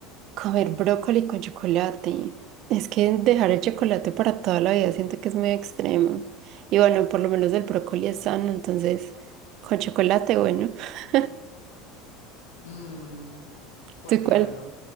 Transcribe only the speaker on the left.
Mmm, pues
claro,
¿no?